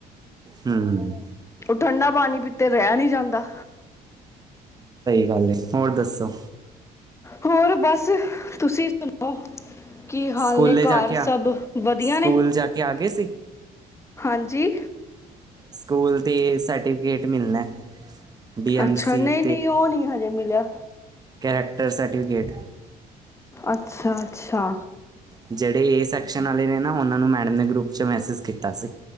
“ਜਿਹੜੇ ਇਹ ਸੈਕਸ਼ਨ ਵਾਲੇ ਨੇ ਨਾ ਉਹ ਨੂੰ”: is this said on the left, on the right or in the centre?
Right